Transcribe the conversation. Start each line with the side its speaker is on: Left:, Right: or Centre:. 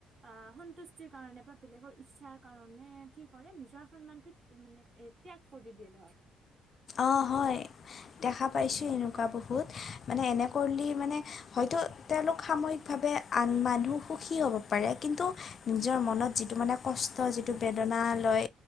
Right: আ' সন্তুষ্টিৰ কাৰণে বা বেলেগৰ ইচ্ছাৰ কাৰণে কি কৰে নিজৰ সন্মানটো মানে এ ত্যাগ কৰি দিয়ে ধৰ
Left: অ'
Right: বুইছানে
Left: হয় দেখা পাইছোঁ
Right: অ
Left: এনেকুৱা
Right: অ
Left: বহুত মানে এনে কৰিলে মানে হয়তো তেওঁলোক সাময়িকভাৱে আন মানুহ সুখী হ'ব পাৰে কিন্তু ‌নিজৰ মনত যিটো
Right: অ
Left: মানে কষ্ট যিটো বেদনা লৈ